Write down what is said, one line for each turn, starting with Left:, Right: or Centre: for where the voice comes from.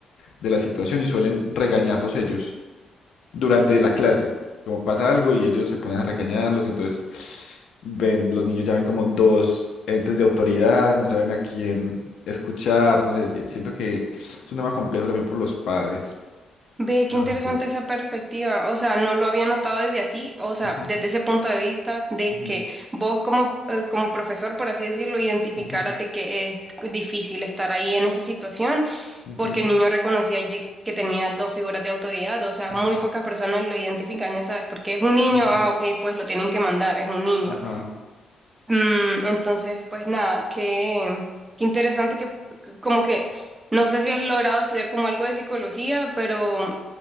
Left: de la situación y suelen regañarlos ellos durante la clase. Como pasa algo y ellos se ponen a regañarlos, entonces ven, los niños ya ven como dos entes de autoridad, no saben a quién escuchar, no sé, siento que es un tema complejo también por los padres.
Right: Ve,
Left: A
Right: qué interesante
Left: veces.
Right: esa perspectiva. O sea, no lo había notado desde así, o sea,
Left: Ujú,
Right: desde ese punto de vista de
Left: ujú,
Right: que vos como, eh, como profesor, por así decirlo, identificaras
Left: ujú,
Right: de que es difícil estar ahí en esa situación,
Left: ujú.
Right: porque el niño reconocía ye- que tenía dos figuras de autoridad. O sea,
Left: Ujú.
Right: muy pocas personas lo identifican, ya sabes, porque es un niño,
Left: Ajá,
Right: ah, ok, pues lo tienen que mandar, es un niño.
Left: ajá.
Right: Mm, entonces, pues nada, qué, qué interesante que que- como que... No sé si has logrado estudiar como algo de psicología, pero